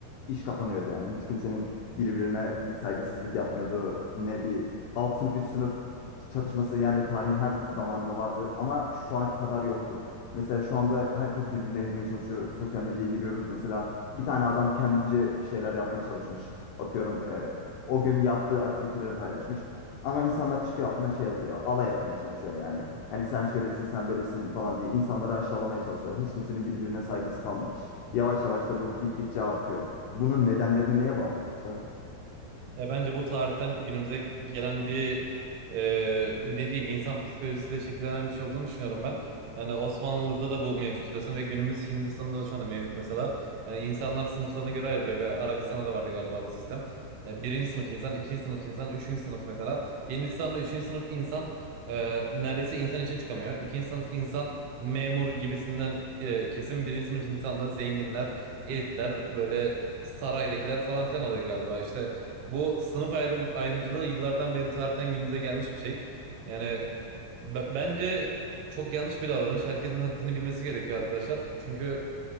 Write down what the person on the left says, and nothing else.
iş kapanıyordu yani. Hiç kimsenin birbirine bir saygısızlık yapmıyordu. Ne bir alt sınıf üst sınıf çatışması yani tarihin her zamanında vardı ama şu anki kadar yoktu. Mesela şu anda herkes birbirini ezmeye çalışıyor. Sosyal medyaya giriyoruz mesela. Bir tane adam kendince bir şeyler yapmaya çalışmış. Atıyorum e, o gün yaptığı aktiviteleri paylaşmış. Ama insanlar çıkıyor altına şey yazıyor. Alay etmeye çalışıyor yani. Hani sen şöylesin, sen böylesin falan diye insanları aşağılamaya çalışıyorlar. Hiç kimsenin birbirine saygısı kalmamış. Yavaş yavaş da bu gittikçe artıyor bunun nedenlerini neye bağlıyorsun sen?